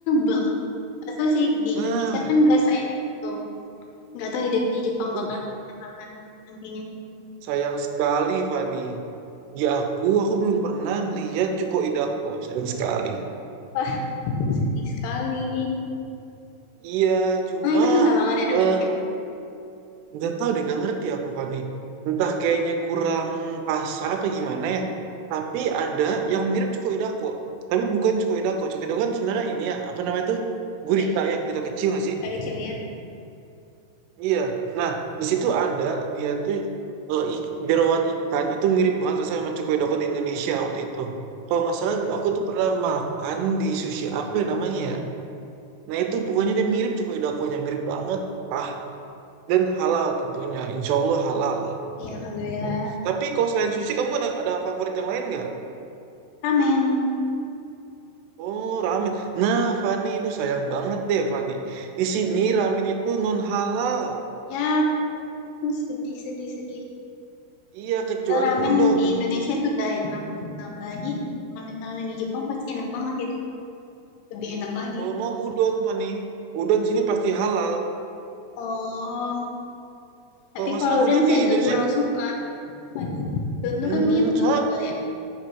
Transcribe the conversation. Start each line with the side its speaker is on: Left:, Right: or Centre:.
Left: banget. Gak tau sih di
Right: Nah,
Left: Indonesia kan gak seenak itu. Gak tau di, di Jepang
Right: lu
Left: bakal enak apa nantinya.
Right: Sayang sekali, Fani. Di aku, aku belum pernah ngeliat Cuko Idako. Sayang sekali.
Left: Wah, sedih sekali.
Right: Iya, cuma
Left: Nah, itu susah banget ya
Right: eh
Left: dapetnya.
Right: nggak tahu deh, nggak ngerti aku, Fani. Entah kayaknya kurang pasar apa gimana ya. Tapi ada yang mirip Cuko Idako. Tapi bukan Cuko Idako. Cuko Idako kan sebenarnya ini ya, apa namanya tuh? Gurita
Left: Nih,
Right: ya, gurita kecil nggak sih?
Left: dari kecil ya.
Right: Iya. Nah, di situ ada dia tuh eh, ik- jerawan ikan itu mirip banget rasanya sama cokoyodoko di Indonesia waktu itu. Kalau nggak salah aku tuh pernah makan di sushi apa ya namanya ya. Nah itu pokoknya dia mirip cokoyodokonya, mirip banget. Ah, dan halal tentunya. Insya Allah halal lah.
Left: Iya, Alhamdulillah.
Right: Tuh. Tapi kalau selain sushi kamu ada ada favorit yang lain nggak?
Left: Ramen.
Right: Oh, ramen. Nah, Fani itu sayang banget deh, Fani. Di sini ramen itu non halal.
Left: Ya, sedih, sedih, sedih.
Right: Iya, kecuali
Left: Padahal ramen
Right: udon.
Left: di Indonesia itu udah enak. Kenapa lagi? Kalau misalnya di Jepang pasti enak banget itu. Lebih enak lagi.
Right: Kalau mau udon, Fani. Udon di sini pasti halal.
Left: Oh,
Right: Kalau
Left: tapi
Right: nggak
Left: kalau
Right: salah
Left: udon
Right: udon
Left: sih
Right: di
Left: agak
Right: Indonesia,
Left: kurang suka. Cuman Udon tuh
Right: hmm,
Left: kan mie tebel-tebel
Right: soalnya,
Left: ya.